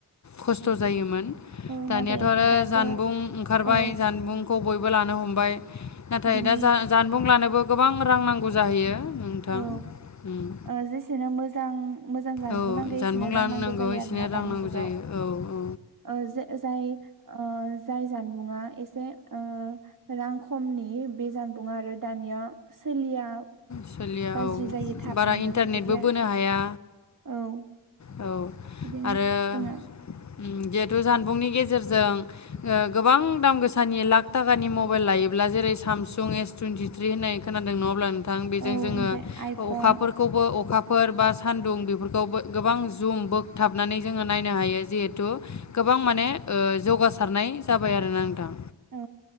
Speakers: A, on the left (about 40°); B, on the right (about 50°).
A: खस्थ' जायोमोन
B: औ
A: दानियाथ'
B: नाथाय
A: आरो
B: दाथ'
A: जानबुं ओंखारबाय
B: औ
A: जानबुंखौ बयबो लानो हमबाय नाथाय
B: बिनि
A: दा जा-जानबुं लानोबो गोबां रां नांगौ जाहैयो। नोंथां
B: औ
A: उम
B: ओ जेसेनो मोजां मोजां जानबुं
A: औ
B: नांगौ
A: जानबुं
B: एसेनो रां
A: लानो
B: नांगौ जायो
A: इसेनो
B: आरोना
A: रां
B: दानि
A: नांगौ
B: जुगाव।
A: जायो औ औ
B: ओ जे जाय ओ जाय जानबुंङा एसे ओ रां खमनि बे जानबुंङा आरो दानिया सोलिया
A: सोलिया
B: गाज्रि
A: औ
B: जायो थाबनो
A: बारा इन्टारनेटबो
B: बिदि आरो
A: बोनो हाया
B: औ
A: औ
B: बिदिनो
A: आरो
B: जोङो
A: उ गेट जानबुंनि गेजेरजों ओ गोबां दाम गोसानि लाख थाखानि मबाइल लायोब्ला जेरै सामसुं एस टुइन्टिथ्रि होननाय खोनादों नङाहोनब्ला नों थां बेजों
B: औ ओमफ्राय
A: जोङो
B: आइफन
A: अखाफोरखौबो अखा फोर बा सान्दुं बेफोरखौ गोबां जुं बोगथाबनानै जोङो नायनो हायो जिहेथु गोबां माने ओ जौगासारनाय जाबाय आरो ना नोंथां।
B: औ